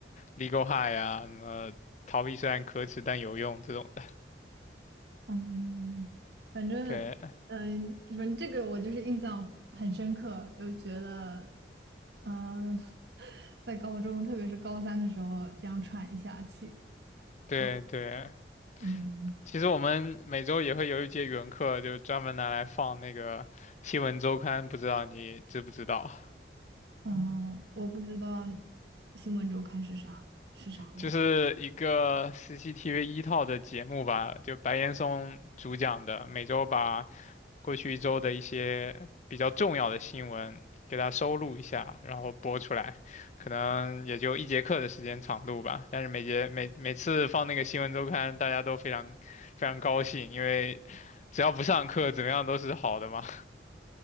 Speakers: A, on the left (about 40°); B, on the right (about 65°).
A: 《Legal High》啊，什么《逃避虽然可耻但有用》这种的。
B: 嗯，反正，
A: <laughs> 对
B: 嗯、呃反正这个我就是印象很深刻，就觉得，嗯、<laughs> 在高中，特别是高三的时候，这样喘一下气，
A: 对对，
B: 就，嗯
A: 其实我们每周也会有一节语文课，就专门拿来放那个《新闻周刊》，不知道你知不知道？
B: 嗯、呃我不知道新闻周刊是啥是啥了。
A: 就是一个 CCTV 一套的节目吧，就白岩松主讲的，每周把过去一周的一些比较重要的新闻，给它收录一下，然后播出来，可能也就一节课的时间长度吧。但是每节每每次放那个新闻周刊，大家都非常非常高兴，因为只要不上课，怎么样都是好的嘛。